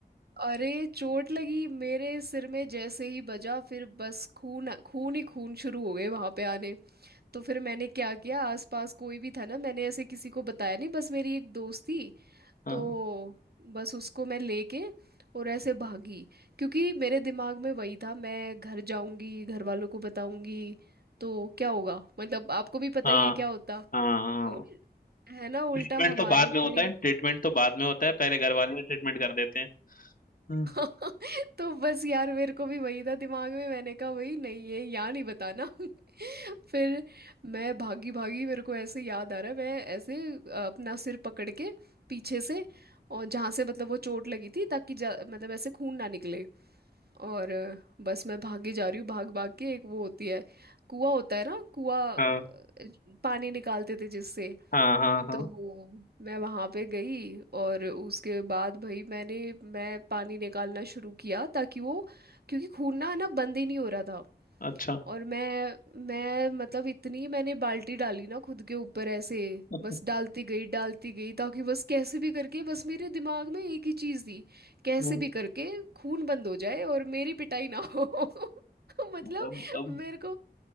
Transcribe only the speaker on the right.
अरे चोट लगी मेरे सिर में जैसे ही बजा फिर बस खून खून ही खून शुरू हो गए वहां पे आने तो फिर मैंने क्या किया आसपास कोई भी था ना मैंने ऐसे किसी को बताया नहीं बस मेरी एक दोस्त थी
तो बस उसको मैं लेके और ऐसे भागी क्योंकि मेरे दिमाग में वही था मैं घर जाऊंगी घर वालों को बताऊंगी तो क्या होगा मतलब आपको भी पता
ही है क्या होता
उल- है ना उल्टा
हमारे
ऊपर
ही
<laughs> तो बस यार मेरे को भी वही था दिमाग में मैंने कहा वही नहीं ये यहाँ नहीं बताना <laughs> फिर मैं भागी भागी मेरे को ऐसे याद आ रहा है मैं ऐसे अ, अपना सिर पकड़ के पीछे से और जहाँ से मतलब वो चोट लगी थी ताकि जा- मतलब ऐसे खून ना निकले और अ, बस मैं भागी जा रही हूँ भाग भाग के एक वो होती है कुआं होता है ना कुआं अ,
पानी निकालते थे जिससे
तो मैं वहां पे गई और उसके बाद भाई मैंने मैं पानी निकालना शुरू किया ताकि वो क्योंकि खून ना ना बंद ही नहीं हो रहा था
और मैं मैं मतलब इतनी मैंने बाल्टी डाली ना खुद के ऊपर ऐसे
बस डालती गई डालती गई ताकि बस कैसे भी करके बस मेरे दिमाग में एक ही चीज़ थी कैसे
भी करके खून बंद हो जाए और मेरी पिटाई ना हो <laughs> मतलब
मेरे को